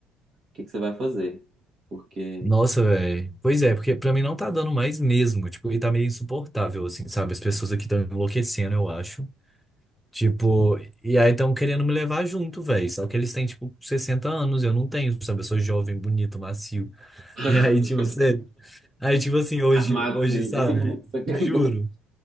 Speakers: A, on the right; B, in the centre.
A: o que que você vai fazer? Porque.
B: Nossa, velho. Pois é, porque pra mim não tá dando mais mesmo. Tipo, e tá meio insuportável, assim, sabe? As pessoas aqui estão enlouquecendo, eu acho. Tipo, e aí estão querendo me levar junto, velho. Só que eles têm, tipo, 60 anos, eu não tenho, sabe? Eu sou jovem, bonito, macio.
A: <laughs>
B: E aí, tipo, sério. Aí, tipo assim, hoje,
A: Matinho.
B: hoje, sabe?
A: Sacanagem.
B: Juro.